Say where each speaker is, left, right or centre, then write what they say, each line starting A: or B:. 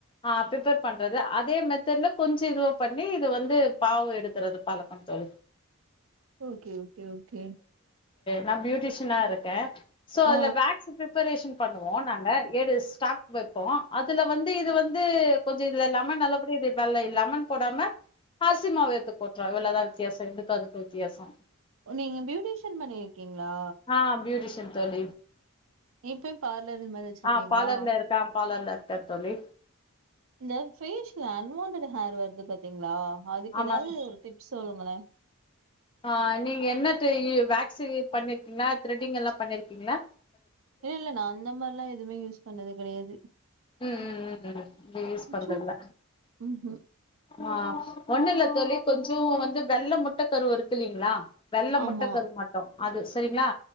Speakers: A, on the left (about 25°); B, on the right (about 65°).
A: ஆ ப்ரேப்பர் பண்றது அதே மெத்தட்ல கொஞ்ச இதுவா பண்ணி இது வந்து பாவு எடுக்குறது பழ ஆ தோழி
B: ஓகே ஓகே ஓகே
A: நா பியூட்டிஷினா இருக்கே சோ
B: ஆ
A: அதுல வேக் பிரேப்ரேஷன் பண்ணுவோ நாங்க ஏழு ஸ்டாக் வைப்போ அதுல வந்து இது வந்து கொஞ்ச இதுல்ல லெமன் நல்லபடியா இது வெல்ல இல்ல லெமன் போடாம அரிசி மாவு எடுத்து போட்டுறோ இவ்ளோவுதா வித்தியாசோ இதுக்கு அதுக்கு வித்தியாசோ
B: ஓ நீங்க பியூட்டீஷியன் பண்ணுவிங் க்கீங்ளா
A: ஆ பியூட்டிஷன் தோழி
B: இப்பயு பார்லர் இது மாரி வச்சிருக்கீங்களா
A: ஆ பாலர்ல இருக்கா பாலர்ல இருக்கார் தோழி
B: இந்த பேஷ்ல அன்வான்டட் ஹேர் வருது பாத்தீங்ளா அதுக்கு
A: ஆமா
B: எதாவது ஒரு டிப்ஸ் சொல்லுங்களே
A: ஆ நீங்க என்ன தெயு வேக்ஸ் பண்ணிருக்கீங்ளா த்ரெட்டிங் எல்லா பண்ணிருக்கீங்ளா
B: இல்ல இல்ல நா அந்த மார்ல்லா எதுவுமே யூஸ் பண்ணது கெடையாது
A: ம் ம் ம் ம் இப்டி யூஸ் பண்றதுல
B: சும் ம்ஹ்ம்.
A: ஆ ஒண்ணு இல்ல தோழி கொஞ்சோ வந்து வெள்ள முட்ட கருவு இருக்கு இல்லீங்ளா வெள்ளை
B: ஆமா.
A: முட்ட கரு மட்டு அது செரிங்களா